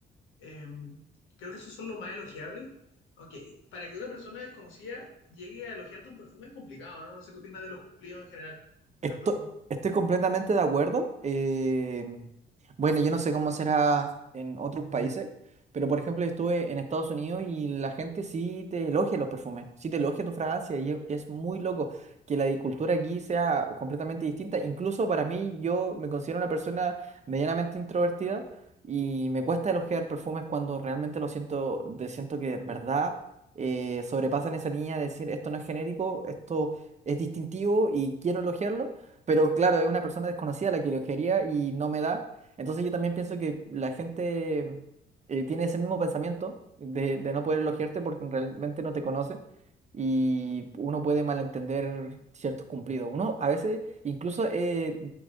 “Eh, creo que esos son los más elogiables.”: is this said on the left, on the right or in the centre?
Left